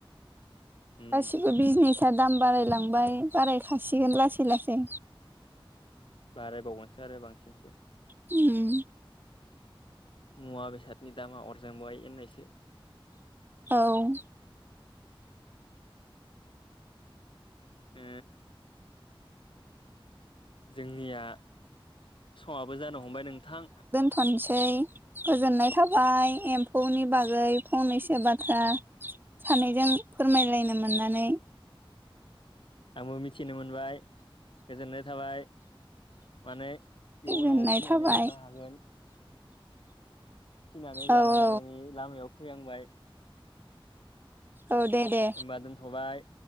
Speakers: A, on the left (about 65°); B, on the right (about 20°).
A: उम
B: गासिबो बिजनेसा दाम बारायलांबाय बारायखासिगोन लासै लासै।
A: बारायबावगोनसो आरो बांसिनसो।
B: <unintelligible>
A: मुवा बेसादनि दामा अरजोंबाय होननायसो।
B: औ।
A: ओ। जोंनिया समाबो जानो हमबाय नोंथां।
B: थानसै गोजोननाय थाबाय एम्फौनि बागै फंनैसो बाथ्रा सानैजों फोरमायलायनो मोननानै।
A: आंबो मिथिनो मोनबाय गोजोननाय थाबाय। माने इयुनाव
B: गोजोननाय
A: फिनानै
B: थाबाय
A: जानो हागोन। फिनानै
B: औ
A: जानो
B: औ
A: हानायनि लामायाव फैहांबाय।
B: औ दे दे।
A: होनबा दोनथ'बाय।